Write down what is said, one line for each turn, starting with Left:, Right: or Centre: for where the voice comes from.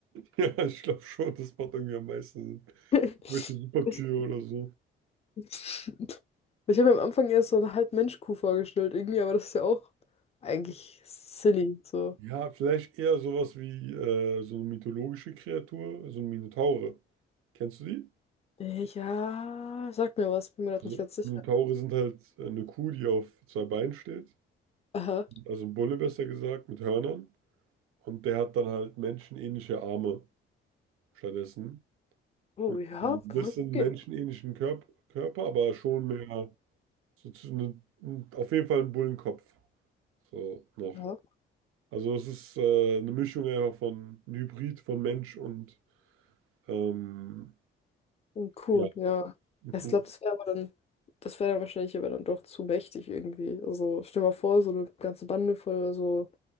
Right: Ja, ich glaube schon, das macht irgendwie am meisten Sinn.
Left: <laughs>
Right: Welche Superkühe oder so.
Left: Richtig. Ich habe mir am Anfang erst so eine Halb-Mensch-Kuh vorgestellt, irgendwie, aber das ist ja auch eigentlich silly, so.
Right: Ja, vielleicht eher sowas wie äh, so eine mythologische Kreatur, so ein Minotaure. Kennst du die?
Left: Äh, Ja, sag mir was, bin mir grad
Right: Also
Left: nicht ganz sicher.
Right: Minotaure sind halt äh, eine Kuh, die auf zwei Beinen steht.
Left: Aha.
Right: Also ein Bulle besser gesagt, mit Hörnern. Und der hat dann halt menschenähnliche Arme stattdessen.
Left: Oh
Right: Und
Left: ja,
Right: ein
Left: kann
Right: bisschen
Left: gehen.
Right: menschenähnlichen Körp Körper, aber schon mehr so zu, ne, auf jeden Fall einen Bullenkopf. So noch.
Left: Ja,
Right: Also es ist äh, eine Mischung ja von ein Hybrid von Mensch und ähm,
Left: und cool,
Right: ja,
Left: ja.
Right: ein
Left: Ja,
Right: Kuh.
Left: Ich glaube, das wäre aber dann, das wäre dann wahrscheinlich aber dann doch zu mächtig irgendwie. Also stell dir mal vor, so eine ganze Bande voll so